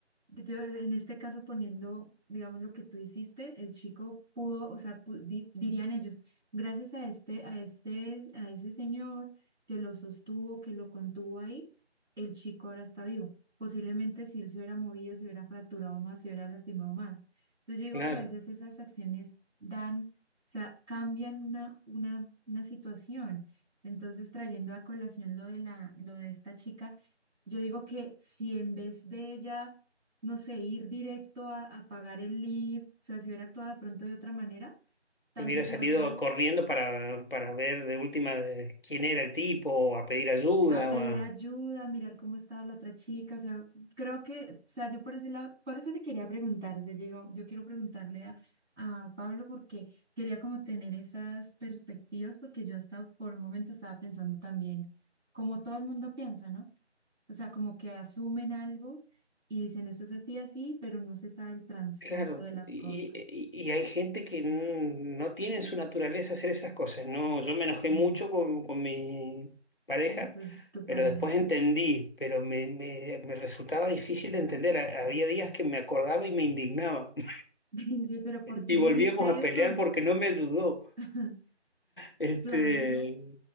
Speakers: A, on the right (about 70°); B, on the left (about 50°).
A: yo en este caso poniendo, digamos, lo que tú hiciste, el chico pudo, o sea, pu- di- dirían ellos, gracias a este, a este, a ese señor que lo sostuvo, que lo contuvo ahí, el chico ahora está vivo. Posiblemente si él se hubiera movido, se hubiera fracturado más, se hubiera lastimado más. Entonces yo digo
B: Claro,
A: que a veces esas acciones dan, o sea, cambian una, una, una situación. Entonces, trayendo a colación lo de la, lo de esta chica yo digo que si en vez de ella, no sé, ir directo a, a pagar el lift, o sea, si hubiera actuado de pronto de otra manera, tal
B: hubiera
A: vez
B: salido
A: la hubiera
B: corriendo para, para ver de última de quién era el tipo, o a pedir ayuda,
A: a pedir ayuda, a mirar cómo estaba la otra chica, o sea, pues, creo que, o sea, yo por ese lado, por eso te quería preguntar, o sea, yo, digo, yo quiero preguntarle a, a Pablo porque quería como tener esas perspectivas, porque yo hasta por un momento estaba pensando también, como todo el mundo piensa, ¿no? O sea, como que asumen algo y dicen eso es así, así, pero no se sabe el trasfondo
B: Claro,
A: de las
B: y,
A: cosas.
B: y- y hay gente que n- no tiene en su naturaleza hacer esas cosas. No, yo me enojé
A: Y
B: mucho con, con mi pareja,
A: entonces tu tu pareja.
B: pero después entendí, pero me, me- me resultaba difícil de entender. Ha- Había días que me acordaba y me indignaba <laughs>
A: <laughs> Sí, pero ¿por qué
B: y volvíamos
A: dijiste
B: a
A: eso?
B: pelear porque no me ayudó.
A: <laughs>
B: Este,
A: Claro,